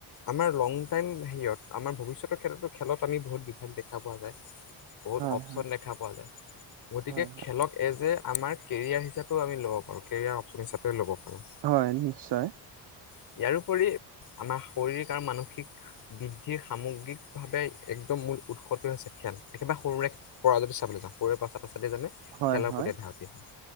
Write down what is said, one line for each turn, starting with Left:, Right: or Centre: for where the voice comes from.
Left: আমাৰ লং টাইম হেৰিয়ত, আমাৰ ভৱিষ্যতৰ ক্ষেত্ৰতো খেলত আমি বহুত বিভাগ দেখা পোৱা যায়। বহুত
Right: হয় হয়
Left: অপচন দেখা পোৱা যায়, গতিকে
Right: হয়
Left: খেলক এজ এ আমাৰ কেৰিয়াৰ হিচাপে ও আমি ল'ব পাৰোঁ, কেৰিয়াৰ অপচন হিচাপেও ল'ব পাৰো।
Right: হয়, নিশ্চয়।
Left: হয় নিশ্চিয়, ইয়াৰোপৰি আমাৰ শাৰীৰিক আৰু মানসিক বৃদ্ধিৰ সামগ্ৰিকভাৱে একদম মূল উৎসটোৱে হৈছে খেল, একেবাৰে সৰুৰে পৰা যদি চাবলৈ যাওঁ, সৰুৰে পৰা চাত্ৰ চাত্ৰীয়ে জানে,
Right: হয়
Left: খেলৰ
Right: হয়
Left: প্ৰতি এধাওতি হয়।